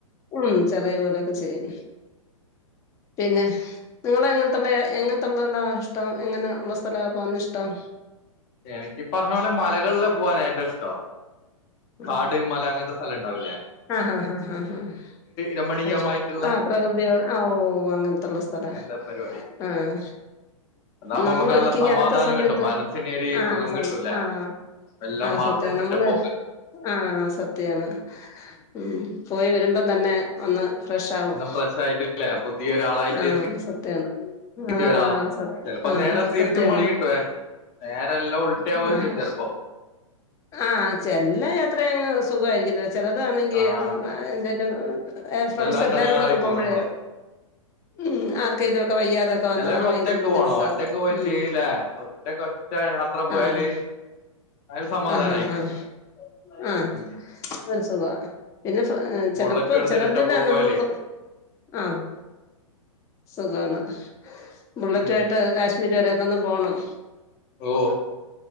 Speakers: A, on the left (about 15°); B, on the left (about 35°).
A: ഉം ചെറിയ പോലൊക്കെ ചെയ്യും പിന്നെ നിങ്ങള എങ്ങനത്തുള്ള എങ്ങനത്തുള്ളടാ ഇഷ്ടം എങ്ങനെ ഉള്ള സ്ഥലാ പോവാനിഷ്ടം
B: എനിക്കി പറഞ്ഞ പോലെ മലകളിൽ പോകൻ ഏറ്റവും ഇഷ്ടം കാട്
A: ഉം
B: മല അങ്ങനത്തെ സ്ഥലംണ്ടാവൂലേ
A: ആഹ് ഹ് ഹ് അ ആഹ്
B: രമണീയമായിട്ടുള്ള
A: അത്ശ ആ പ്രകൃതിയൊട് ആ ഓ ഓ ഓ അങ്ങനതുള്ള സ്ഥലാ
B: അങ്ങനത്തെ പരിപാടി
A: ആഹ്
B: അതാവുമ്പോ
A: നമ്മള്
B: നമുക്ക് നല്ല
A: ഒരിക്ക
B: സമാധാനം
A: ഈ അടുത്ത സമയത്ത്
B: കിട്ടും മനസ്സിന് ഒരു
A: ആഹ്
B: സുഖം
A: സം
B: കിട്ടൂലേ
A: ആഹ്
B: എല്ലാം
A: ആഹ്
B: മറന്നിട്ടിട്ട്
A: സത്യം നമ്മള്
B: പോക്ക്
A: ആ സത്യാണ് ഉം പോയി വരുമ്പം തന്നെ ഒന്ന് ഫ്രഷ് ആവും
B: ഇന്ന് ഫ്രഷ് ആയിട്ടില്ലേ പുതിയ ഒരാളായിട്ട്
A: ആഹ്
B: തിരിച്ചു
A: സത്യാണ് ആഹ്
B: വരാ
A: സ
B: ചിലപ്പോ
A: ആഹ്
B: നേരെ തിരിച്ചും
A: സത്യാണ്
B: പണി കിട്ടുവേ നേരെ എല്ലാം ഉൾട്ടയാവുകയുംചെയ്യും
A: ആഹ്
B: ചെലപ്പോ
A: ആഹ് ചെല്ല അത്ര അങ്ങ് സുഖമായിരിക്കില്ല ചിലതാണെങ്കിൽ
B: ആഹ്
A: എന്തേ ഏ ഫ്രണ്ട്സ്
B: വല്ലാണ്ട്
A: എല്ലാരും
B: എടങ്ങാറായി
A: കൂടെ ഒക്കെ
B: പോകും
A: പോകുമ്പഴേ
B: നമ്മള്
A: ഉം ആർക്കെലൊക്കെ വയ്യാതൊക്കെ വന്നാ
B: അല്ലേ പിന്നെ
A: അത് ഭയങ്കര
B: ഒറ്റക്ക്
A: ബുദ്ധിമുട്ടാ
B: പോണോ ഒറ്റക്ക് പോയിട്ട്
A: ഉം
B: ല്ലേ ഒറ്റക്ക് ഒറ്റ യാത്ര പോയാല്
A: ആഹ്
B: അതൊരു സമാധാനായിരിക്കും
A: ആഹ് ആഹ് ആഹ് ആഹ്
B: ഉം
A: അതൊരു സുഗാ പിന്നെ
B: ബുള്ളറ്റും
A: ചെലപ്പോ
B: എടുത്തിട്ട്
A: ചെലതില്ല
B: ഒറ്റ പോക്ക്
A: നമ്മൾപ്പോ
B: പോയാലേ
A: ആഹ് സുഖമാണ് ബുള്ളറ്റ്
B: ഉം
A: ആയിട്ട് കാശ്മീര് വരെയൊക്കെ ഒന്ന് പോണം
B: ഓ